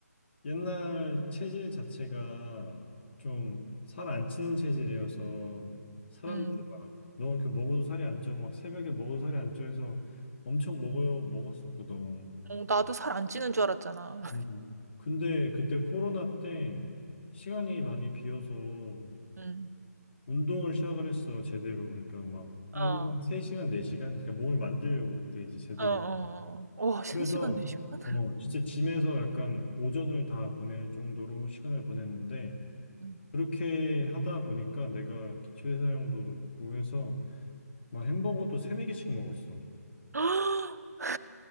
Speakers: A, on the left; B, on the right.
A: 옛날 체질 자체가 좀 살 안 찌는 체질이어서 사람들이
B: 음.
A: 막 너 이렇게 먹어도 살이 안 쪄. 막 새벽에 먹어도 살이 안 쪄 해서 엄청 먹어요. 먹었었거든.
B: 어, 나도 살 안 찌는 줄 알았잖아. <laughs>
A: 음. 근데 그때 코로나 때 시간이 많이 비어서
B: 음.
A: 운동을 시작을 했어. 제대로. 그러니까 막 하루
B: 어,
A: 3시간, 4시간 그러니까 몸을 만들려고 그때 이제 제대로.
B: 어, 어, 어. 와, 3시간,
A: 그래서
B: 내시간
A: 어 진짜 짐에서 약간 오전을 다 보낼 정도로 시간을 보냈는데
B: <laughs>
A: 그렇게 하다 보니까 내가 기초 대사량도 높고 해서 막 햄버거도 세네 개씩 먹었어.
B: <gasps>